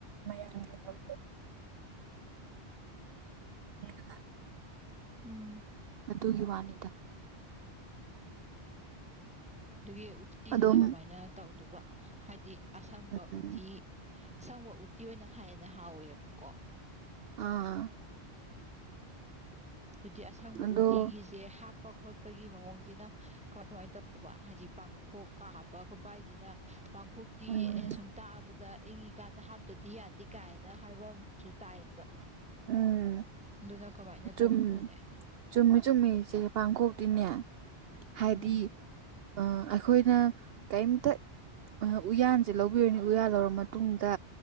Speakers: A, on the right; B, in the centre.
A: ꯃꯌꯥꯝꯒꯤ ꯌꯥꯝ <unintelligible>
B: ꯎꯝ
A: ꯑꯗꯨꯒꯤ ꯋꯥꯅꯤꯗ
B: ꯗꯨꯒꯤ ꯎꯠꯇꯤꯁꯤꯅ
A: ꯑꯗꯨꯝ
B: ꯀꯃꯥꯏꯅ ꯇꯧꯗꯨꯕ ꯍꯥꯏꯗꯤ ꯑꯁꯪꯕ
A: ꯎꯝ
B: ꯎꯠꯇꯤ ꯑꯁꯪꯕ ꯎꯇꯤ ꯑꯣꯏꯅ ꯍꯥꯏꯟꯅ ꯍꯥꯎꯋꯦꯕꯀꯣ
A: ꯑꯥ
B: ꯑꯗꯨꯗꯤ ꯑꯁꯪꯕ
A: ꯑꯗꯣ
B: ꯎꯇꯤꯒꯤꯁꯦ ꯍꯥꯞꯄ ꯈꯣꯠꯄꯒꯤ ꯃꯑꯣꯡꯁꯤꯅ ꯀꯃꯥꯏ ꯀꯃꯥꯏ ꯇꯧꯕ ꯍꯥꯏꯗꯤ ꯄꯥꯡꯈꯣꯛꯀꯥ ꯍꯥꯞꯄ ꯈꯣꯠꯄ ꯍꯥꯏꯁꯤꯅ ꯄꯥꯡ ꯈꯣꯛꯇꯤ
A: ꯎꯝ
B: ꯑꯩꯅ ꯁꯨꯝ ꯇꯥꯛꯕꯗ ꯏꯪꯉꯤꯀꯥꯟꯗ ꯍꯥꯞꯇꯗꯤ ꯌꯥꯗꯦ ꯀꯥꯏꯅ ꯍꯥꯏꯕ ꯑꯃ ꯁꯨ ꯇꯥꯏꯌꯦꯕ
A: ꯎꯝ
B: ꯑꯗꯨꯅ ꯀꯃꯥꯏꯅ ꯇꯧꯕꯅꯣꯅꯦ
A: ꯆꯨꯝ ꯆꯨꯝꯃꯤ ꯆꯨꯝꯃꯤ ꯏꯆꯦ ꯄꯥꯡꯈꯣꯛꯇꯤꯅꯦ ꯍꯥꯏꯗꯤ
B: ꯎꯝ
A: ꯑꯥ ꯑꯩꯈꯣꯏꯅ ꯀꯩꯝꯇ ꯎꯌꯥꯟꯁꯦ ꯂꯧꯕꯤꯔꯅꯤ ꯎꯌꯥꯟ ꯂꯧꯔ ꯃꯇꯨꯡꯗ